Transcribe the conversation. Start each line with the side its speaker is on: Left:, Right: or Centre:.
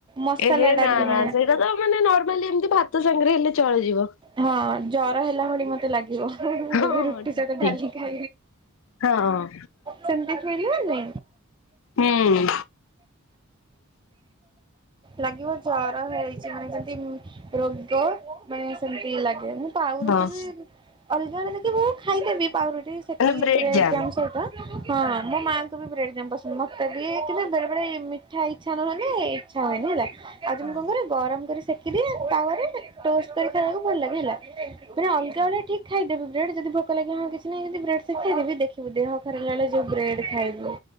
Right: ମସଲା
Left: ଏହେ ନା
Right: ଡାଲି
Left: ନା
Right: ମାନେ
Left: ସେଇଟା ତ ମାନେ ନର୍ମାଲି ଏମତି ଭାତ ସାଙ୍ଗରେ ହେଲେ ଚଳିଯିବ।
Right: ହଁ ଜର ହେଲା ଭଳି ମତେ ଲାଗିବ
Left: ହଁ
Right: ଯଦି
Left: ହଁ
Right: ରୁଟି
Left: ଠିକ
Right: ସହିତ
Left: ଠିକ
Right: ଡାଲି। ା
Left: ହଁ
Right: ସେମିତି <inaudible> ଫେରିବନି?
Left: ହୁଁ
Right: ଲାଗିବ ଜର ହେଇଛି ମାନେ ଯଦି ରୋଗ ମାନେ ସେମିତି ଲାଗେ ମୁଁ ପାଉରୁଟି
Left: ହଁ
Right: ବି ଅଲଗା ବେଳେ ଦେଖିବୁ ଖାଇଦେବି ପାଉରୁଟି ସେକିକି
Left: ମାନେ
Right: ବ୍ରେଡ
Left: ଜାମ୍
Right: ଜାମ ସହିତ ହଁ ମୋ ମା ମତେ ବି ବ୍ରେଡ ରେ ପସନ୍ଦ ମତେବି ବେଳେବେଳେ ମିଠା ଇଛା ନୁଁହ ଜେ ଇଚ୍ଛା ହୁଏନି। ଆଜି
Left: ହଁ
Right: ମୁଁ କଣ କରେ ଗରମ କରି ସେକିଦିଏ ତାୱାରେ ଟୋଷ୍ଟ କରି ଖାଇବାକୁ ଭଲ ଲାଗେ ହେଲା। ମାନେ ଅଲଗାଏଳେ ଠିକ ଖାଇଦେବି ବ୍ରେଡ ଯଦି ଭୋକ ଲାଗେ ହଁ କିଛି ମାନେ ଏମତି ବ୍ରେଡ଼ ସେକିଦେବି ଦେଖିବୁ ଦେହଖରାପ ହେଲାବେଳେ ଜଉ ବ୍ରେଡ଼ ଖାଇବୁ